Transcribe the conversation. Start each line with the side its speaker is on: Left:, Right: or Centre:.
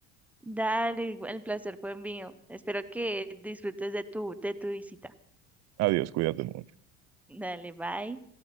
Centre: Dale, el placer fue mío. Espero que disfrutes de tu, de tu visita.
Right: Adiós, cuídate mucho.
Centre: Dale, bye.